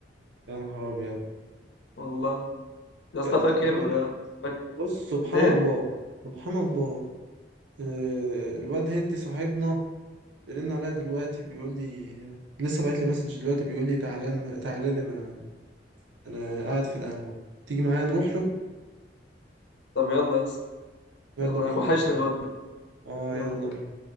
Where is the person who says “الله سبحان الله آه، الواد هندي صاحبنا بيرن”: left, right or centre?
Right